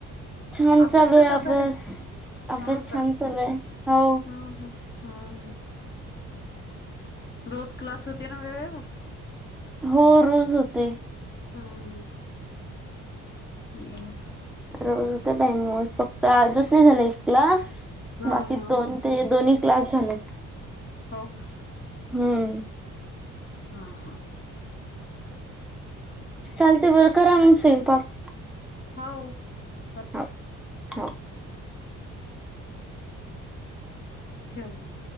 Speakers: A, in the centre; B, on the left.
A: छान
B: अभ्यास
A: चालू आहे
B: कसा
A: अभ्यास
B: चालू?
A: अभ्यास
B: हो
A: छान
B: का
A: चालू आहे हो
B: हम्म हम्म. हम्म हम्म. रोज क्लास होते ना वेळेवर.
A: हो रोज होते.
B: हम्म हम्म. बरं.
A: रोज होतं टाइमिंगवर, फक्त आजच नाही झाला एक क्लास.
B: बर हा
A: बाकी
B: हा
A: दोन ते दोन्ही क्लास झालेत.
B: हो का.
A: हम्म.
B: हा हा.
A: चालते बरं करा मग स्वयंपाक.
B: होव करतो.
A: हो हो.
B: ठेव मग.